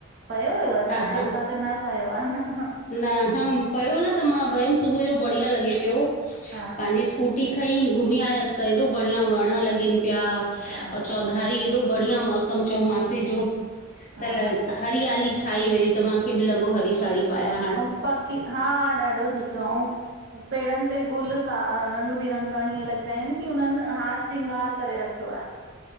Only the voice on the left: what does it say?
हा हा
न ह पयो न त मां वयियमि सुबुह जो बढ़िया लॻे पियो,
पंहिंजी स्कू टी खईं घुमीं आयसि त हेॾो बढ़िया वण लॻनि पिया
औं चौधा हरी एॾो बढ़ियां मौसम चौमासे जो त
ल हरीआली छाई वई, त माखे बि लॻो हरी साड़ी पायां हाणे।